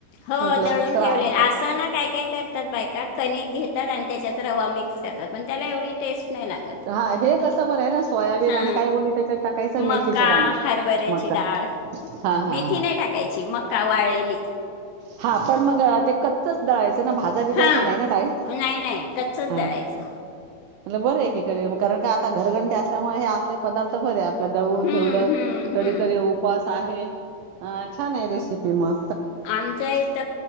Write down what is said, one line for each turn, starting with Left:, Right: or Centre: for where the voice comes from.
Left: हो
Right: म्हटलं
Left: दळून
Right: श्रावणाच.
Left: ठेवलेलं असं ना काय, काय कर तर बायका कणिक घेतात आणि त्याच्यात रवा मिक्स करतात पण त्याला एवढी टेस्ट नाही लागत
Right: हा हे कसं बरं आहे ना सोयाबीन
Left: हा
Right: आणि काय बोलली त्याच्यात टाकायचं मेथीचे
Left: मका,
Right: दाणे.
Left: हरभऱ्याची
Right: मका
Left: डाळ
Right: हा हा
Left: मेथी
Right: हा
Left: नाही टाकायची मका वाळळेली
Right: हा पण मग ते कच्चच दळायचेना भाजा बिजायचं
Left: हां
Right: नाही ना डाळी
Left: नाही नाही कच्चच
Right: हा
Left: दळायचं
Right: म्ह बरे आहे एकीक कारण का आता घरघंटे असल्यामुळे हे असले पदार्थ बरे आ आपलं दळुन
Left: हम्म
Right: ठेवलं
Left: हम्म
Right: कधीतरी
Left: हम्म
Right: उपास आहे अ छान आहे रेसिपी म
Left: आमच्या इथ